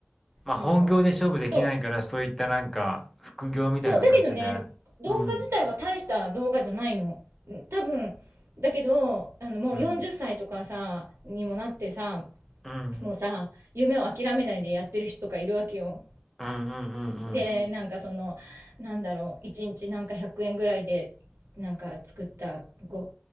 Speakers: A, in the centre; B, on the right.
A: まあ、
B: なんか、
A: 本業で勝負できないから、
B: そう、
A: そういったなんか、副業みたいな形で。
B: そう、だけどね、動画自体は大した動画じゃないの。
A: うん。
B: 多分、だけど、あの、もう40歳とかさ、
A: うん。
B: にもなってさ、
A: うん。
B: もうさ、夢を諦めないでやってる人とかいるわけよ。
A: うんうんうんうん。
B: でなんかそのなんだろう1日なんか100円ぐらいでなんか作ったご